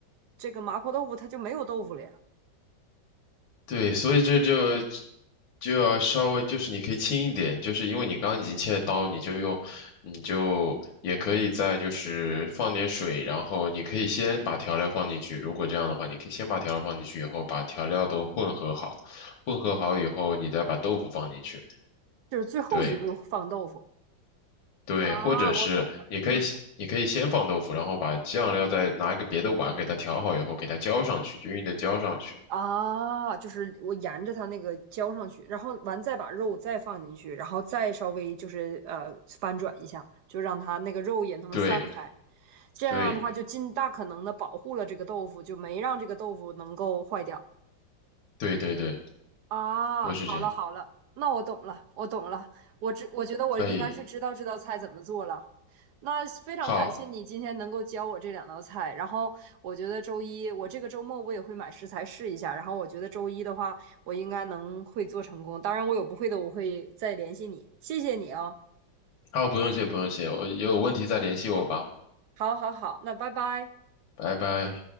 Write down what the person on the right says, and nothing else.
这个麻婆豆腐它就没有豆腐了呀，
就是最后一步放豆腐。
啊，
我懂了，嗯，
啊，就是我沿着它那个浇上去，然后完再把肉再放进去，然后再稍微就是呃翻转一下，就让它那个肉也能散开。
这样的话，
就尽大可能的保护了这个豆腐，就没让这个豆腐能够坏掉。
啊，
好了好了，那我懂了，我懂了，我知，我觉得我应该是知道这道菜怎么做了。
那非常感谢你今天能够教我这两道菜，
然后我觉得周一，我这个周末我也会买食材试一下，然后我觉得周一的话，我应该能会做成功。当然，我有不会的，我会再联系你。谢谢你哦。
好，好，好，那拜拜。